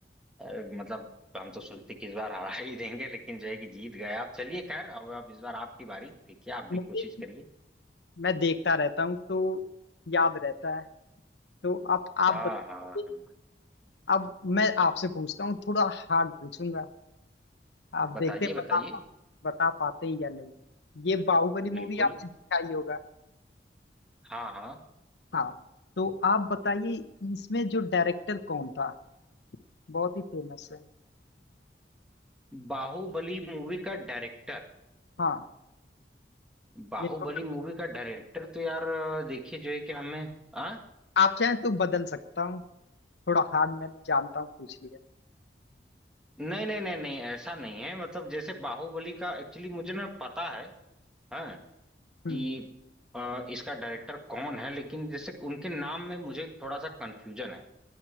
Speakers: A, in the centre; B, on the left (about 75°).
A: अरे मतलब हम तो सोचते कि इस बार हरा ही देंगे लेकिन जो है कि जीत गए आप चलिए खैर अब अब इस बार आपकी बारी ठीक है आप
B: मूवी
A: भी कोशिश करिए
B: मैं देखता रहता हूँ तो याद रहता है तो आप आप
A: हाँ
B: बताइए
A: हाँ हाँ
B: अब मैं आपसे पूछता हूँ थोड़ा हार्ड पूछूंगा आप
A: बताइए
B: देखते हैं
A: बताइए
B: बता बता पाते हैं या नहीं ये बाहुबली मूवी
A: बिल्कुल
B: आपने देखा ही होगा
A: हाँ हाँ
B: हाँ तो आप बताइए इसमें जो डायरेक्टर कौन था बहुत ही फेमस है
A: बाहुबली मूवी का डायरेक्टर
B: हाँ
A: बाहुबली
B: ये थोड़ा
A: मूवी का डायरेक्टर तो यार अ, देखिए जो है कि हमें आ?
B: आप चाहें तो बदल सकता हूँ थोड़ा हार्ड मैं जानता हूँ पूछ लिया
A: नहीं नहीं नहीं नहीं ऐसा नहीं है मतलब जैसे बाहुबली का एक्चुअली मुझे ना पता है हाँ
B: हम्म
A: कि अ, इसका डायरेक्टर कौन है लेकिन जैसे उनके नाम में मुझे थोड़ा सा कंफ्यूजन है